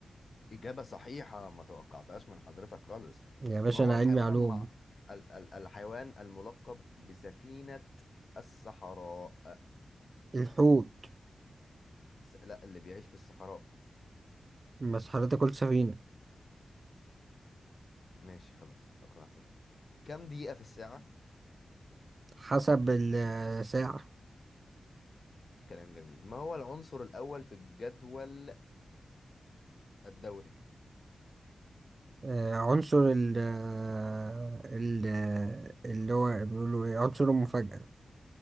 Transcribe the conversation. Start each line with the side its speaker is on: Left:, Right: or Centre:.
Left: إجابة صحيحة ما توقعتهاش من حضرتك خالص
Right: يا باشا
Left: ما هو
Right: أنا
Left: الحيوان
Right: علمي علوم
Left: مع ال ال الحيوان الملقب بسفينة الصحراء آه،
Right: الحوت
Left: س- لا اللي بيعيش في الصحراء
Right: بس حضرتك قلت سفينة
Left: ماشي خلاص اقنعتني كم دقيقة في الساعة
Right: حسب الساعة
Left: كلام جميل ما هو العنصر الأول في الجدول الدوري
Right: آه عنصر ال آه، ال آه، اللي هو بيقولوا إيه عنصر المفاجأة